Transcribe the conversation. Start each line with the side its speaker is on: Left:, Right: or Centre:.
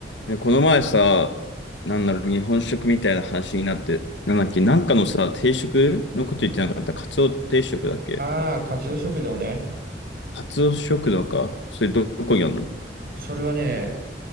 Left: ねこの前さ、なんだろう、日本食みたいな話になって、なんだっけ、なんかのさ、定食のこと言ってなかった。カツオ定食だっけ
Right: ああ、カツオ食堂ね。
Left: カツオ食堂か。それどこにあるの
Right: それはね、